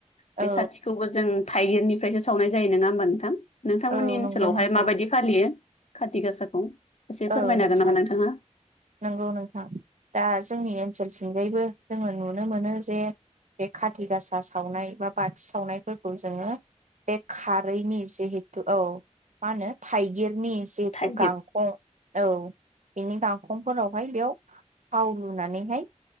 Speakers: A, on the left (about 60°); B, on the right (about 70°).
A: बे
B: औ
A: साथिखौबो जों थाइगिरनिफ्रायसो सावनाय जायो नङा होमबा नोंथां नोंथांमोननि
B: औ
A: ओनसोलावहाय
B: नंगौ नोंथां
A: माबायदि फालियो? खाथि गासाखौ? एसे
B: औ
A: फोरमायनो
B: नोंथां
A: हागोन नामा नोंथाङा
B: नंगौ नोंथां दा जोंनि ओनसोल थिंजायबो जोङो नुनो मोनो जे बे खाथि गासा सावनाय बा बाथि सावनायफोरखौ जोङो बे खारैनि जिहेथु औ मा होनो थाइगिरनि जिहेतु
A: थाइगिर
B: गांखं बिनि गांखंफोरावहाय बेयाव थाव लुनानैहाय